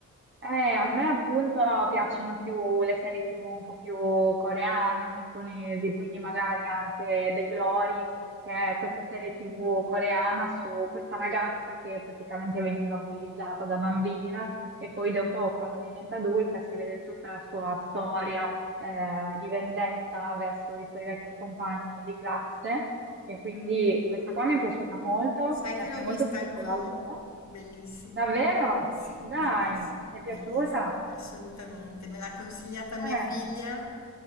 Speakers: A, on the right; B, on the left.
A: Eh, a me appunto piacciono più le serie TV un po' più coreane, giapponesi, quindi magari anche The Glory, che è questa serie TV coreana su questa ragazza che praticamente veniva bullizzata da bambina e poi dopo quando diventa adulta si vede tutta la sua storia eh, di vendetta verso i suoi vecchi compagni di classe e quindi questa qua mi è piaciuta molto
B: Sai
A: perché
B: che l'ho
A: è
B: vista
A: molto psicologica.
B: anch'io? Bellissima.
A: Davvero?
B: Sì,
A: Dai,
B: bellissima,
A: ti è piaciuta?
B: bellissima, assolutamente. Me l'ha consigliata
A: Eh,
B: mia figlia.